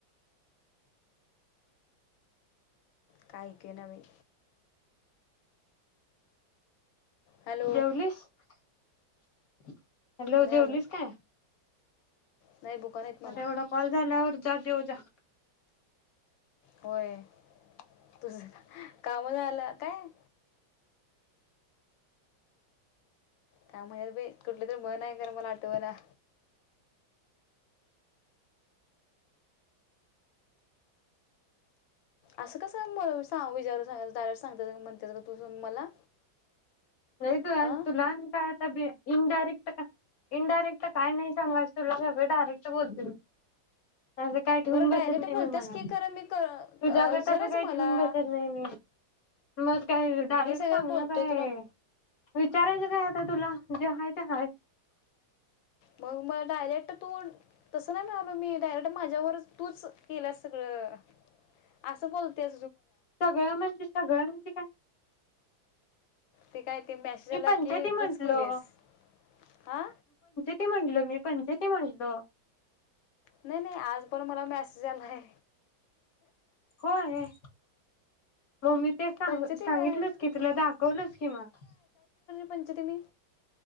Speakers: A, on the left; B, on the left.
A: काय ऐक ना बाई. हॅलो
B: जेवलीस. <inaudible> हॅलो
A: नाही
B: जेवलीस
A: अजून
B: काय.
A: नाही बुका नाहीत मला
B: आता एवढा कॉल झाल्यावर जा. जेव जा.
A: होय तुझ हा हं काम झा आलं काय. काय म्हणत कुठली तररी म्हण आहे. कर मला आठवला. असं कस मला सा विचार सा डायरेक्ट सांगत म्हणत्या स ग तू मला.
B: होय
A: हां
B: तुलाान का. तब्ये इनडायरेक्ट इनडायरेक्ट काय, नाही सांगायच तुला सगळं डायरेक्ट बोलतील. असं काय ठेवून
A: बरं
B: बसत
A: डायरेक्ट
B: नाही,
A: बोलतेस
B: मी मला
A: की खरं मी कर
B: तुज्यागत
A: क- विचारायचं
B: असं काय
A: मला
B: ठेवून बसत नाही मी. मग काय डायरेक्ट
A: मी सगळ
B: सांगणं
A: बोलतोय
B: काय
A: तुला. <inaudible>
B: विचारायचं काय आता तुला, जे हाय ते हाय.
A: मग म डायरेक्ट तू तस नाही, म म्मी डायरेक्ट. माझ्यावरच तूच केलास सगळं अस बोलते.
B: सगळं म्हणजे. सगळं म्हणजे काय.
A: ते काय. ते मॅसेजला
B: मी पंचायती
A: की
B: म्हंटलो
A: तूच केलीस हा.
B: ते म्हणलो मी पंचायती ते म्हणल.
A: नाही नाही आज पण मला म्या जा नाही.
B: होय. हो मी ते सांग
A: पंचती
B: सांगितलंच
A: काय
B: की तुला दाखवलच की मग
A: पंचायती मी